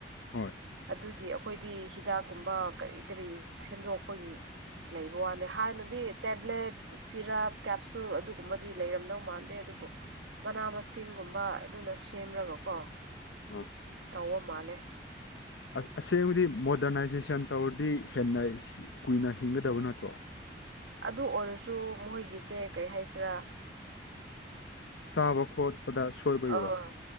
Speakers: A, on the left; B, on the right.
A: ꯍꯣꯏ
B: ꯑꯗꯨꯒꯤ ꯑꯩꯈꯣꯏꯗꯤ ꯍꯤꯗꯥꯛ ꯀꯨꯝꯕ ꯀꯔꯤ ꯀꯔꯤ ꯁꯦꯝꯗꯣꯛꯄꯒꯤ ꯂꯩꯕ ꯋꯥꯅꯤ ꯍꯥꯟꯅꯗꯤ ꯇꯦꯕ꯭ꯂꯦꯠ ꯁꯤꯔꯞ ꯀꯦꯞꯁꯨꯜ ꯑꯗꯨꯒꯨꯝꯕꯗꯤ ꯂꯩꯔꯝꯗꯧ ꯃꯥꯟꯗꯦ ꯑꯗꯨꯕꯨ ꯃꯅꯥ ꯃꯁꯤꯡꯒꯨꯝꯕ ꯑꯗꯨꯅ ꯁꯦꯝ꯭ꯔꯒ ꯀꯣ
A: ꯑꯥ
B: ꯅꯣ ꯃꯥꯂꯦ
A: ꯑꯁ ꯑꯁꯦꯡꯕꯗꯤ ꯃꯣꯗꯔꯅꯥꯏꯖꯦꯁꯟ ꯇꯧꯔꯗꯤ ꯍꯦꯟꯅ ꯀꯨꯏꯅ ꯍꯤꯡꯒꯗꯕ ꯅꯠꯇ꯭ꯔꯣ
B: ꯑꯗꯨ ꯑꯣꯏꯔꯁꯨ ꯃꯣꯏꯒꯤꯁꯦ ꯀꯔꯤ ꯍꯥꯏꯁꯤꯔꯥ
A: ꯆꯥꯕ ꯈꯣꯠꯄꯗ ꯁꯣꯏꯕ
B: ꯑꯥ
A: ꯏꯔꯣ